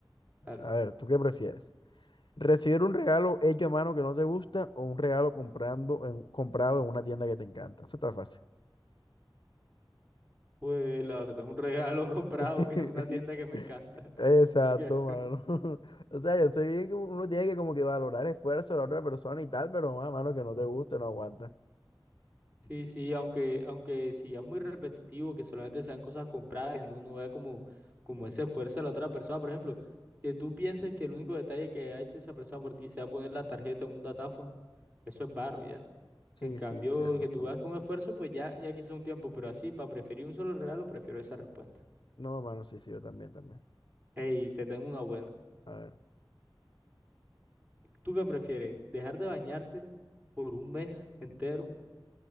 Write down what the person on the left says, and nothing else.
a ver, ¿tú qué prefieres? Recibir un regalo hecho a mano que no te gusta o un regalo comprando en, comprado en una tienda que te encanta. Eso está fácil.
<laughs>
Exacto,
mano. <laughs> O sea, yo estoy bien que uno tiene que como que valorar esfuerzo de la otra persona y tal, pero mano, mano, que no te guste, no aguanta.
Sí,
sí, tienes razón.
No, mano, sí, sí, yo también, también.
A ver.